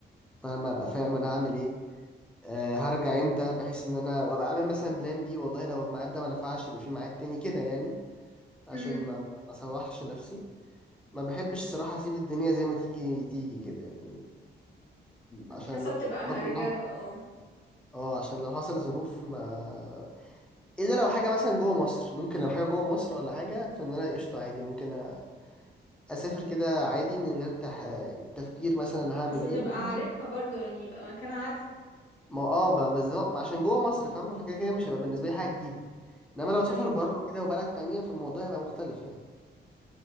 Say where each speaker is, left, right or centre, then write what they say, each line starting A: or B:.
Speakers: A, in the centre; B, on the left (about 85°).
A: فاهم ابقى فاهم انا هعمل ايه آه، هرجع امتى بحيث ان انا وابقى عامل مثلا بلان بي والله لو الميعاد ده ما نفعش يبقى في ميعاد تاني كده يعني عشان
B: امم
A: ما ما ما اسوحش نفسي ما بحبش صراحة اسيب الدنيا زي ما تيجي تيجي كده يعني عشان
B: حسب
A: لو
B: تبقى
A: لا قدر
B: رجالة
A: الله
B: اه
A: اه عشان لو حصل ظروف ما الا لو حاجة مثلا جوه مصر ممكن لو حاجة جوه مصر ولا حاجة فان انا قشطة عادي ممكن أ- اسافر كده عادي من غير تح... تفكير مثلا انا هعمل
B: بس تبقى
A: ايه وما
B: عارفها برضو يعني يبقى مكان عارف
A: ما اه بقى بالظبط ما عشان جوه مصر فاهم فكده كده مش هيبقى بالنسبه لي حاجه جديده انما لو سافر
B: ايوه
A: بره كده وبلد تانية فالموضوع هيبقى مختلف يعني